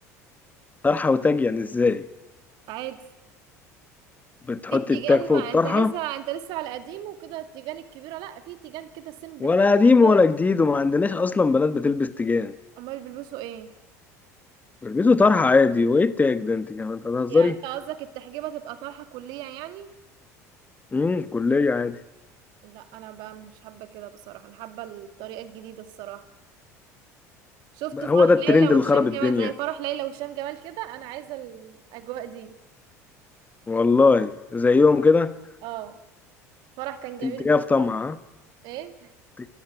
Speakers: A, on the left; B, on the right.
A: طرحه وتاج يعني ازاي
B: عادي
A: بتحطي
B: في تيجان
A: التاج فوق
B: ما
A: الطرحه
B: انت لسه انت لسه على قديم وكده التيجان الكبيرة لا في تيجان كده سيمبل
A: ولا
B: كده
A: قديم ولا جديد وما عندناش اصلا بنات بتلبس تيجان
B: امال بيلبسوا ايه
A: بيلبسوا طرحه عادي وايه التاج ده انت كمان أنت بتهزري
B: يعني انت قصدك التحجيبة تبقى طرحة كلية يعني
A: امم كليه عادي
B: لا انا بقى مش حابة كده بصراحة انا حابة الطريقة الجديدة الصراحة شفت
A: بقى
B: فرح
A: هو ده الترند
B: ليلى وهشام
A: اللي خرب الدنيا
B: جمال زي فرح ليلى وهشام جمال كده انا عايزه الاجواء دي
A: والله زيهم كده
B: اه فرح كان جميل
A: ت- تجاه
B: بصراحه
A: في طمع ها
B: ايه
A: ت-